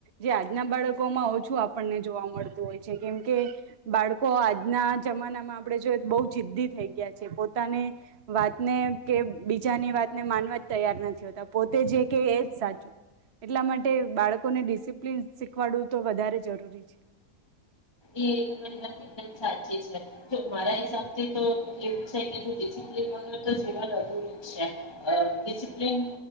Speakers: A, on the right; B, on the left.
A: જે આજના બાળકોમાં ઓછું આપણને જોવા મળતું હોય છે કેમ કે બાળકો આજના જમાનામાં આપણે જોય તો બો જિદ્દી થઈ ગયા છે પોતાની વાતને કે બીજાની વાતને માનવા તૈયાર નથી હોતા પોતે જે કે એ જ સાચું એટલા માટે બાળકોને ડિસિપ્લિન શીખવાડવું તો વધારે જરૂરી છે
B: એ તમારી વાત એકદમ સાચી છે તો મારા હિસાબથી તો એવું છે કે <unintelligible> તો જીવન અધુરું છે ડિસપ્લન